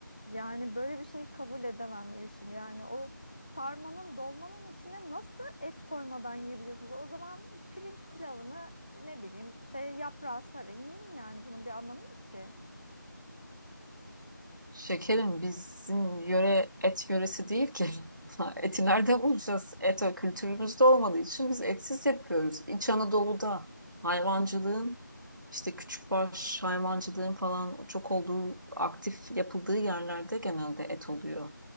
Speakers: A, on the left (about 25°); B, on the right (about 70°).
A: Yani böyle bir şeyi kabul edemem Yeşim. Yani o sarmanın dolmanın içine nasıl et koymadan yiyebiliyorsunuz? O zaman pirinç pilavını ne bileyim şey yaprağı sarın yiyin yani bunun bir anlamı yok ki.
B: Şekerim bizim yöre et yöresi değil ki. <laughs> Eti nerede bulacağız? Et o kültürümüzde olmadığı için biz etsiz yapıyoruz. İç Anadolu'da hayvancılığın işte küçükbaş hayvancılığın falan çok olduğu aktif yapıldığı yerlerde genelde et oluyor.